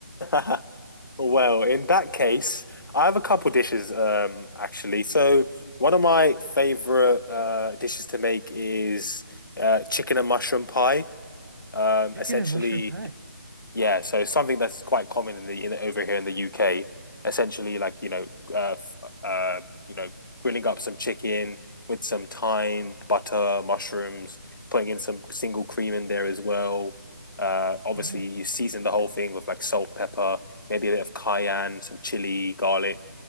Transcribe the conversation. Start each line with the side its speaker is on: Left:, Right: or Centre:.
Left: <laughs> Well, in that case, I have a couple dishes um actually. So one of my favorite uh dishes to make is uh chicken and mushroom pie. Um
Right: Chicken
Left: essentially
Right: and mushroom pie.
Left: Yeah, so something that's quite common in the in over here in the UK, essentially like, you know, uh, f- uh, you know, grilling up some chicken with some thyme, butter, mushrooms, putting in some single cream in there as well. Uh, obviously
Right: Oh, yeah.
Left: you season the whole thing with like salt, pepper, maybe a bit of cayenne, some chili, garlic,